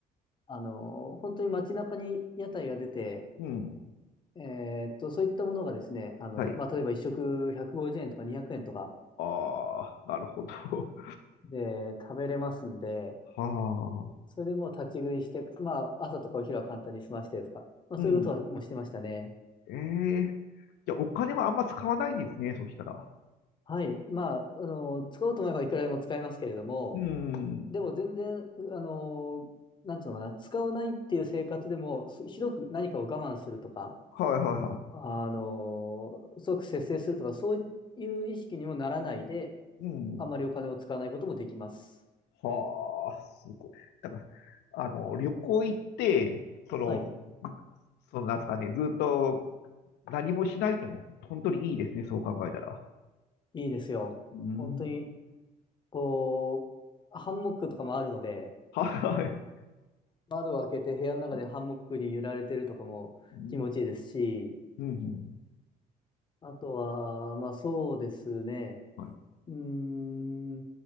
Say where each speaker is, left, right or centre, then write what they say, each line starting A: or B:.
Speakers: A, on the left (about 25°); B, on the left (about 80°).
A: あの、本当に街中に屋台が出て、
B: うん。
A: えーっと、そういったものがですね、あの、
B: はい。
A: まあ、例えば一食150円とか200円とか
B: ああ、なるほど。
A: で食べれますんで、
B: <laughs> はあ。
A: それでもう立ち食いして、まあ、朝とかお昼は簡単に済ましてとか、まあ、
B: うん。
A: そういうことはもうしてましたね。
B: ええじゃあ、お金はあんま使わないんですね、そしたら。
A: はい。まあ、あの、使おうと思えばいくらでも使えますけれども、
B: うん。
A: でも全然、あの、なんつうのかな、使わないっていう生活でも、すひどく何かを我慢するとか、
B: はいはいは
A: あの、即節制するとか、そういう意識にもならないで、
B: い。うん。
A: あまりお金を使わないこともできます。
B: はあ、すごい。だから、あの、旅行行って、その、
A: はい、
B: その、なんですかね、ずっと何もしないっても、本当にいいですね、そう考えたら。
A: いいですよ。
B: うん。
A: 本当に、こう、ハンモックとかもあるので、
B: はいはい。
A: 窓を開けて部屋の中でハンモックに揺られてるとかも気持ちいいですし、
B: うん。うん。
A: あとは、まあそうですね、
B: はい。
A: うーん、